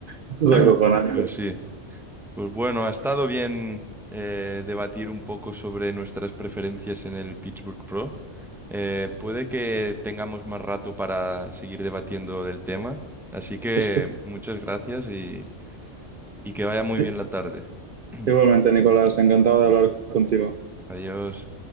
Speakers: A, on the right; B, in the centre.
A: Esto
B: <clears throat>
A: es acojonante.
B: Pues sí. Pues bueno, ha estado bien eh, debatir un poco sobre nuestras preferencias en el Pittsburgh Pro. Eh, puede que tengamos más rato para seguir debatiendo del tema, así que
A: Después-
B: muchas gracias y, y que vaya muy
A: ¿eh?
B: bien la tarde. <clears throat>
A: Igualmente, Nicolás, encantado de hablar contigo.
B: Adiós.